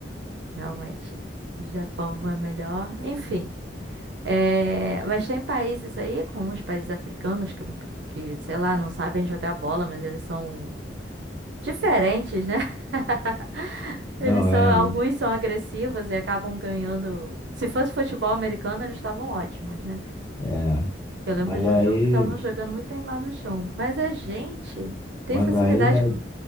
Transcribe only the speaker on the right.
Realmente, o Japão vai melhor. Enfim, é, mas tem países aí, como os países africanos, que, que, sei lá, não sabem jogar bola, mas eles são diferentes, né? <laughs>
Eles são,
alguns são agressivos e acabam ganhando. Se fosse futebol americano, eles estavam ótimos, né?
Eu lembro
de
um jogo que estavam jogando muito Neymar no chão. Mas a gente tem
facilidade
com.